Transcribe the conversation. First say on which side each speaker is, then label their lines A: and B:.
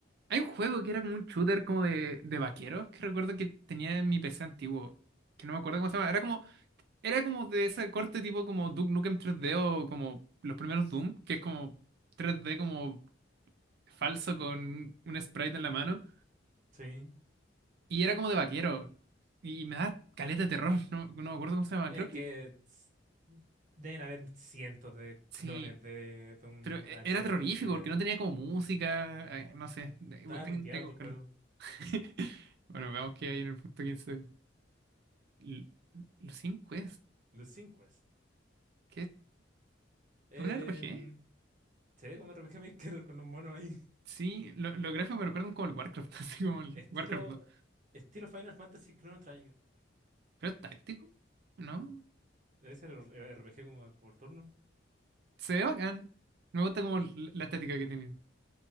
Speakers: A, on the right; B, on the right.
A: Hay un juego que era como un shooter como de, de vaqueros, que recuerdo que tenía en mi PC antiguo, que no me acuerdo cómo se llama. Era como, era como de ese corte tipo como Duke Nukem tres d o como los primeros Doom, que es como tres d como falso con un sprite en la mano.
B: sí.
A: Y era como de vaquero. Y me da caleta de terror, <laughs> no, no me acuerdo cómo se llama.
B: Es
A: Creo que
B: que s- deben haber cientos de
A: sí,
B: clones de Doom
A: pero e-
B: a ese
A: era terrorífico
B: punto ya.
A: porque no tenía como música, eh, no sé, de- tengo
B: Está
A: tengo
B: ripiado
A: que
B: tu
A: buscarlo.
B: juego.
A: <laughs> Bueno, veamos qué hay en el punto 15. L- Los cinco Quest,
B: Los 5
A: ¿qué? ¿Es
B: Em,
A: un RPG?
B: se ve como RPG Maker <laughs> con un mono ahí.
A: Sí, lo- los gráficos me recuerdan como el Warcraft, <laughs> así como el
B: Estilo,
A: Warcraft 2.
B: estilo Final Fantasy Chrono Trigger.
A: Pero es táctico, ¿no?
B: Debe ser el RPG como por turno.
A: Se ve bacán. Me gusta como l- la estética que tiene.